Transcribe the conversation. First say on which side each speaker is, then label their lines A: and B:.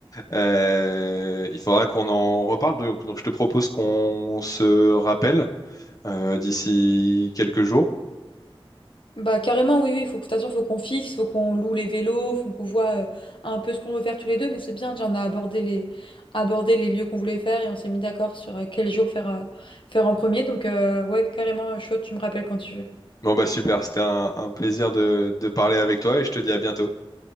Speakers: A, on the left; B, on the left.
A: Euh, il faudra qu'on en reparle. Donc, donc, je te propose qu'on se rappelle euh, d'ici quelques jours.
B: Bah carrément oui oui, il faut que de toute façon, faut qu'on fixe, faut qu'on loue les vélos, faut qu'on voit euh, un peu ce qu'on veut faire tous les deux, mais c'est bien, déjà on a abordé les abordé les lieux qu'on voulait faire et on s'est mis d'accord sur euh, quel jour faire euh, faire en premier. Donc euh, ouais, carrément chaud, tu me rappelles quand tu veux.
A: Bon, bah super, c'était un, un plaisir de, de parler avec toi et je te dis à bientôt.